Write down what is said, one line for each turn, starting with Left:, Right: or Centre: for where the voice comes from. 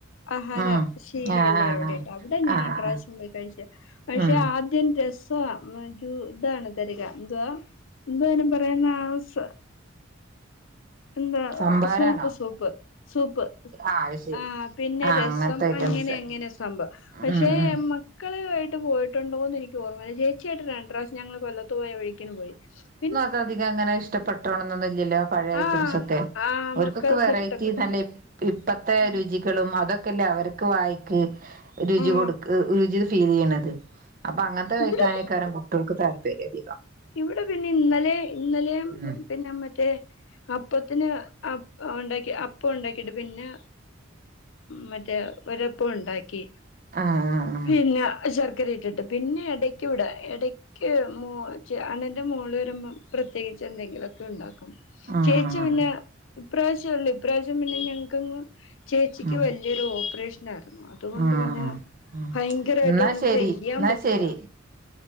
Left: ആഹാര
Right: ഉം
Left: ശീലവൊള്ളവരവിടെയുണ്ട്
Right: ആഹ് ആഹ് ആഹ്
Left: അവിടെ ഞാൻ
Right: ആഹ്
Left: രണ്ട്രശ്യം
Right: ആഹ്
Left: പോയി കഴിച്ചെ പക്ഷെ
Right: ഉം
Left: ആദ്യം രസ ഒരു ഇതാണ് തരിക എന്തുവാ എന്തോ അയിന് പറയുന്നെ ആ ഒരു സാധ എന്താ
Right: സംഭാരാണോ
Left: സൂപ്പ് സൂപ്പ് സൂപ്പ്
Right: ആഹ് അത് ശരി
Left: ആഹ് പിന്നെ
Right: ആഹ്
Left: രസം
Right: അങ്ങനത്തെ ഐറ്റംസ്
Left: അങ്ങനെയങ്ങ ങ്ങനെ സംഭവം പക്ഷെ
Right: ഉം ഉം
Left: മക്കളുമായിട്ട് പോയിട്ടുണ്ടോന്ന് എനിക്ക് ഓർമ്മ ചേച്ചിയായിട്ട് രണ്ട് പ്രാവശ്യ ഞങ്ങള് കൊല്ലത്ത് പോയആ വീക്കെന് പോയി പിന്നെ
Right: പ്പഅധികം അങ്ങനെ ഇഷ്ടപ്പെട്ടോണന്നൊന്നുല്ല്യല്ലോ പഴേ ഐറ്റംസ്
Left: ആ
Right: ഒക്കെ
Left: ആ
Right: ഓര്ക്കൊക്കെ
Left: മക്കൾക്ക്
Right: വെറൈറ്റി
Left: ഇഷ്ടപ്പെടില്ല
Right: നല്ല ഇപ്പത്തെ
Left: ഉം
Right: രുചികളും അതൊക്കെല്ലേ അവർക്ക് വായിക്ക് രുചി
Left: ആ
Right: കൊടുക്ക്‌ രുചി ഫീൽ ചെയ്യണത് അപ്പൊ അങ്ങൻ ത്തെ കഴിക്കാനേക്കാരം
Left: ഇവിടെ
Right: കുട്ടിയോള്ക്ക് താല്പര്യം അധികം
Left: ഇവിടെ പിന്നെ ഇന്നലെ ഇന്നലേം
Right: ഉം
Left: പിന്നെ മറ്റേ അപ്പത്തിന് അ ഉണ്ടാക്കി അപ്പം ഉണ്ടാക്കിട്ട് പിന്നെ മറ്റേ ഒരപ്പ ഉണ്ടാക്കി
Right: ആഹ്
Left: പിന്നെ ശർക്കര ഇട്ടിട്ട് പിന്നെ എടയ്ക്ക് ഇവിടെ ഇടയ്ക്ക് മോ ച്ച് അണ്ണൻന്റെ മോള് വരുമ്പം പ്രത്യേകിച്ച് എന്തെങ്കിലൊക്കെ ഉണ്ടാക്കും
Right: ആഹ് ആഹ്
Left: ചേച്ചി
Right: ആഹ്
Left: പിന്നെ
Right: ആഹ്
Left: ഇപ്രാവശ്യഇല്ല ഇപ്രാവശ്യം പിന്നെ ഞങ്ങക്ക്ങ്ങ് ചേച്ചിക്ക്
Right: ആഹ്
Left: വല്ല്യൊരു ഓപ്പറേഷനായിരുന്നു അതുകൊണ്ട്
Right: ഉം
Left: പിന്നെ
Right: ഉം ഉം
Left: ഭയങ്കരമായിട്ട്
Right: എന്നാ
Left: ഒന്നും
Right: ശരി
Left: ചെയ്യാൻ
Right: എന്നാ
Left: പറ്റില്ല
Right: ശരി